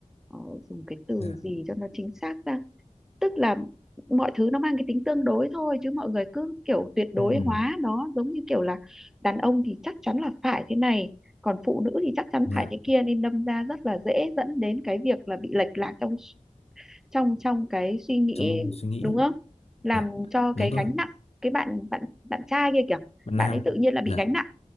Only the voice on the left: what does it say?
dạ
Ừm,
dạ
trong suy nghĩ
dạ
đúng rồi
bạn
nam
dạ